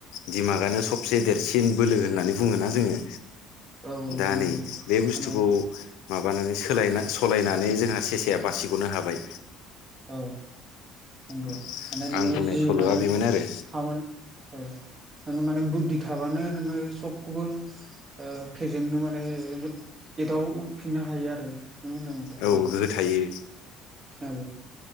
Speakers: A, on the left; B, on the right.
A: दिमागानो सब से देरसिन बोलो होननानै बुङोना जोङो
B: औ
A: दा
B: नंगौ
A: नै बे बुस्थुखौ
B: माने
A: माबानानै सोलायना सलायना। नै जोंहा सेसाया बासिग'नो हाबाय।
B: औ नंगौ
A: औ
B: माने नोङो
A: आं बुंनाय
B: जि
A: सल'आ
B: माने।
A: बेमोन आरो
B: खामानि औ नोङो माने बुद्धि थाबानो नोङो। सबखौबो ओ फेजेननो माने एदाव फिननो हायो आरो। नों होनदोंमाथो
A: औ
B: ना
A: गोहो थायो
B: औ।